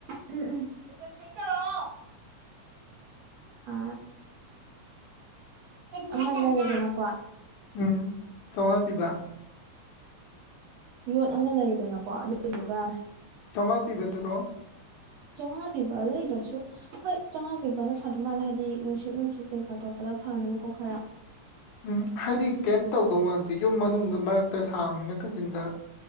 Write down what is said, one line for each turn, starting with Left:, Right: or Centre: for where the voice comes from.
Right: ꯎꯝ ꯎꯝꯣ ꯑ ꯑꯃ ꯂꯩꯌꯦꯗꯅꯀꯣ
Left: ꯎꯝ ꯆꯥꯝꯉꯥ ꯄꯤꯕ
Right: ꯌꯣꯠ ꯑꯃ ꯂꯩꯗꯅꯀꯣ ꯑꯗꯨꯗꯨꯒ
Left: ꯆꯧꯉꯥ ꯄꯤꯕꯗꯨꯔꯣ
Right: ꯆꯧꯉꯥ ꯄꯤꯕ ꯂꯩꯗ꯭ꯔꯁꯨ ꯍꯣꯏ ꯆꯧꯉꯥ ꯄꯤꯕꯅ ꯐꯗꯧ ꯃꯥꯜꯂꯦ ꯍꯥꯏꯗꯤ ꯅꯨꯡꯁꯤꯠ ꯅꯨꯡꯁꯤꯠ ꯀꯩꯀꯥ ꯇꯧꯔꯛꯄꯗ ꯐꯅꯕꯀꯣ ꯈꯔ
Left: ꯎꯝ ꯍꯥꯏꯗꯤ ꯀꯩꯝ ꯇꯧꯗꯧ ꯃꯥꯟꯗ꯭ꯔꯦ ꯌꯨꯝ ꯃꯅꯨꯡꯗ ꯃꯔꯛꯇ ꯁꯥꯕꯅꯤꯅ ꯀꯥꯆꯤꯟꯗ